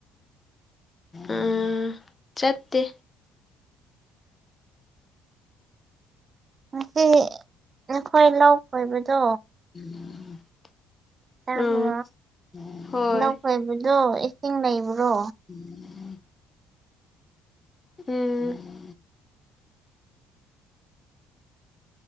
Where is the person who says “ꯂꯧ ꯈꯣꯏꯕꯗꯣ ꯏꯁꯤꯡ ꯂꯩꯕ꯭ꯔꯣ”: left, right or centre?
Right